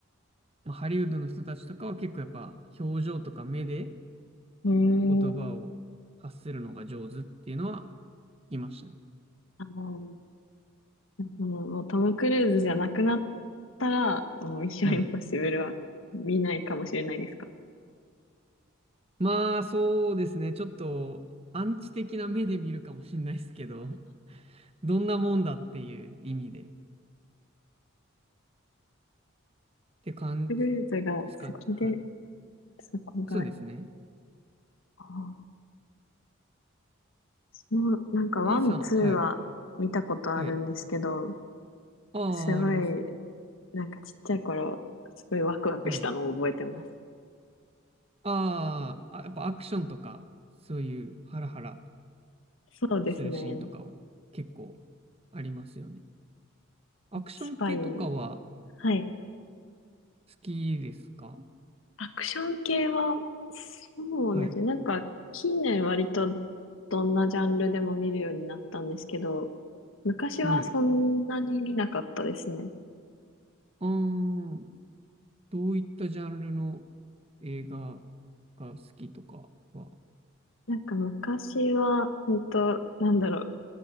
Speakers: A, on the right; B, on the left.
A: う、まあ、ハリウッドの人たちとかは結構やっぱ表情とか目で
B: うーん。
A: 言葉を発するのが上手っていうのは聞きましたね。
B: あの、もうもうトム・クルーズじゃなくなったら、もうミッション・
A: はい。
B: インポッシブルは見ないかもしれないですか。
A: まあ、そうですね。ちょっと、アンチ的な目で見るかもしれないですけど、<laughs> どんなもんだっていう意味で、って感じですかね。
B: クルーズが好きで、
A: はい。
B: そこが、
A: そうですね。
B: ああ、私もなんかワン、
A: A さん、
B: ツーは見たことあるんですけど、
A: はい。はい。ああ、
B: すごい、
A: あります。
B: なんかちっちゃい頃、すごいワクワクしたのを覚えてます。
A: はい。あーあ、やっぱアクションとか、そういうハラハラ
B: そうですね。
A: するシーンとかは結構ありますよね。アクション系とかは
B: なんかスパイ。はい。
A: 好きですか
B: アクション系は、そうですね。
A: はい。
B: なんか、近年割とどんなジャンルでも見るようになったんですけど、昔はそんなに見なかったですね。
A: はい。うーん。どういったジャンルの映画が好きとかは、
B: なんか昔は、本当なんだろう、